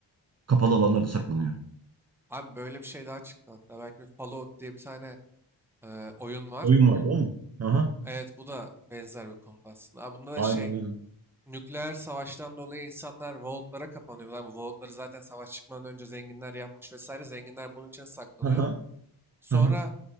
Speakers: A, on the right; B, in the centre.
A: Kapalı alanlarda saklanıyor.
B: Abi böyle bir şey daha çıktı hatta. Belki bir Fallout diye bir tane e, oyun var.
A: Oyun
B: Onun
A: vardı o mu? Aha.
B: evet bu da benzer bir konuda aslında. Aa, bunda da
A: Aynen
B: şey
A: öyle.
B: nükleer savaştan dolayı insanlar vaultlara kapanıyor. Lan Bu vaultları zaten savaş çıkmadan önce zenginler yapmış vesaire. Zenginler bunun içine saklanıyor.
A: Aha.
B: Sonra
A: Aha.